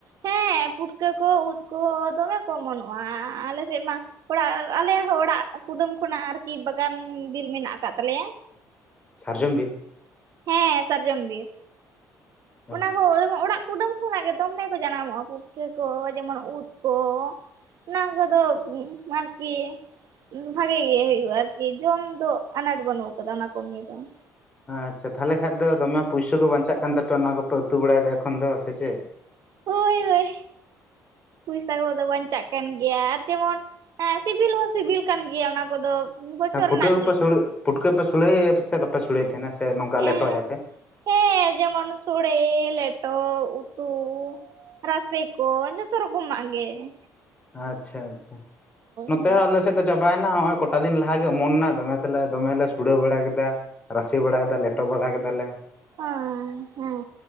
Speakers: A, on the right; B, on the left.
A: ᱦᱮᱸ ᱯᱩᱴᱠᱟᱹ ᱠᱚ ᱩᱫ ᱠᱚ ᱫᱚᱢᱮ ᱠᱚ ᱚᱢᱚᱱᱚᱜᱼᱟ᱾ ᱟᱞᱮ ᱥᱮᱫ ᱢᱟ ᱚᱲᱟᱜ ᱟᱞᱮᱦᱚᱸ ᱚᱲᱟᱜ ᱠᱩᱰᱟᱹᱢ ᱠᱷᱚᱱᱟᱜ ᱟᱨᱠᱤ ᱵᱟᱜᱟᱱ ᱵᱤᱨ ᱢᱮᱱᱟᱜ ᱟᱠᱟᱫ ᱛᱟᱞᱮᱭᱟ ᱾
B: ᱥᱟᱨᱡᱚᱢ ᱵᱤᱨ?
A: ᱦᱮᱸ ᱥᱟᱨᱡᱚᱢ ᱵᱤᱨ,
B: ᱚ
A: ᱚᱱᱟ ᱠᱚ ᱚᱲᱟᱜ ᱠᱩᱰᱟᱹᱢ ᱠᱚᱱᱟᱜ ᱜᱮ ᱫᱚᱢᱮ ᱠᱚ ᱡᱟᱱᱟᱢᱚᱜᱼᱟ ᱯᱩᱴᱠᱟᱹ ᱠᱚ ᱡᱮᱢᱚᱱ ᱩᱫ ᱠᱚ ᱾ ᱚᱱᱟ ᱠᱚᱫᱚ ᱟᱨᱠᱤ ᱾ ᱵᱷᱟᱜᱮ ᱜᱮ ᱦᱳᱭᱳᱜᱼᱟ ᱟᱨᱠᱤ ᱡᱚᱢ ᱫᱚ ᱟᱱᱟᱴ ᱵᱟᱹᱱᱩᱜ ᱟᱠᱟᱫᱟ ᱚᱱᱟ ᱠᱚ ᱱᱤᱭᱮ ᱫᱚ ᱾
B: ᱟᱪᱪᱷᱟ ᱛᱟᱦᱚᱞᱮ ᱠᱷᱟᱱᱡ ᱫᱚ ᱫᱚᱢᱮ ᱯᱩᱭᱥᱟᱹ ᱠᱚ ᱵᱟᱧᱪᱟᱜ ᱠᱟᱱ ᱛᱟᱯᱮᱭᱟ ᱚᱱᱟ ᱠᱚᱯᱮ ᱩᱛᱩ ᱵᱟᱲᱟᱭᱮᱫᱟ ᱮᱠᱷᱚᱱ ᱫᱚ ᱥᱮ ᱪᱮᱫ?
A: ᱦᱳᱭ ᱦᱳᱭ ᱯᱚᱭᱥᱟ ᱠᱚᱫᱚ ᱵᱟᱧᱪᱟᱜ ᱠᱟᱱ ᱜᱮᱭᱟ ᱟᱨ ᱡᱮᱢᱚᱱ ᱦᱮᱸ ᱥᱤᱵᱤᱞ ᱦᱚᱸ ᱥᱤᱵᱤᱞ ᱠᱟᱱ ᱜᱮᱭᱟ ᱚᱱᱟ ᱠᱚᱫᱚ ᱵᱚᱪᱷᱚᱨ
B: ᱦᱮᱸ ᱯᱷᱩᱴᱠᱟᱹᱯᱮ
A: ᱨᱮᱱᱟᱜ
B: ᱯᱷᱩᱴᱠᱟᱹ ᱯᱮ ᱥᱚᱲᱮᱟᱭ ᱥᱮ ᱵᱟᱯᱮ ᱥᱚᱲᱮᱟᱭ ᱛᱟᱦᱮᱱᱟ ᱥᱮ ᱱᱚᱝᱠᱟ
A: ᱮᱸ
B: ᱞᱮᱴᱚᱭᱟᱯᱮ?
A: ᱦᱮᱸ ᱡᱮᱢᱚᱱ ᱥᱳᱲᱮ ᱞᱮᱴᱚ ᱩᱛᱩ ᱾ ᱨᱟᱥᱮ ᱠᱚ ᱡᱚᱛᱚ ᱨᱚᱠᱚᱢᱟᱜ ᱜᱮ ᱾
B: ᱟᱪᱪᱷᱟ ᱟᱪᱪᱷᱟ ᱱᱚᱛᱮ
A: ᱦᱳᱭ
B: ᱦᱚᱸ ᱟᱞᱮ ᱥᱮᱫ ᱫᱚ ᱪᱟᱵᱟᱭᱮᱱᱟ ᱱᱚᱜ ᱚᱭ ᱠᱚᱴᱟ ᱫᱤᱱ ᱞᱟᱦᱟᱜᱮ ᱚᱢᱚᱱᱱᱟ ᱫᱚᱢᱮ ᱛᱮᱞᱮ ᱫᱚᱢᱮᱞᱮ ᱥᱳᱲᱮᱹ ᱵᱟᱲᱟ ᱠᱮᱫᱟ ᱾ ᱨᱟᱥᱮ ᱵᱟᱲᱟ ᱠᱮᱫᱟᱞᱮ ᱞᱮᱴᱚ ᱵᱟᱲᱟ ᱠᱮᱫᱟᱞᱮ ᱾
A: <inaudible> ᱦᱮᱸ ᱦᱮᱸ